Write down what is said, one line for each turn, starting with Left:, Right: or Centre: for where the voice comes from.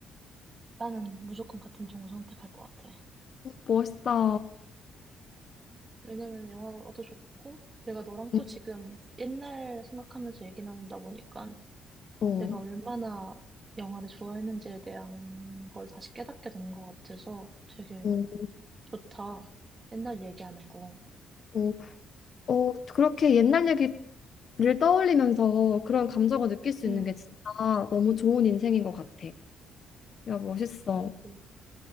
Right: 나는 무조건 같은 종을 선택할 것 같아.
Left: 멋있어.
Right: 왜냐면 영화도 좋고, 내가 너랑 또
Left: 음,
Right: 지금 옛날 생각하면서 얘기 나누다 보니까
Left: 어,
Right: 내가 얼마나 영화를 좋아했는지에 대한 걸 다시 깨닫게 된 것 같아서 되게
Left: 음,
Right: 좋다. 옛날 얘기하는 거.
Left: 어. 어, 그렇게 옛날 얘기를 떠올리면서 그런 감정을 느낄 수
Right: 응.
Left: 있는 게 진짜 너무 좋은 인생인 것 같아. 야, 멋있어.
Right: 음.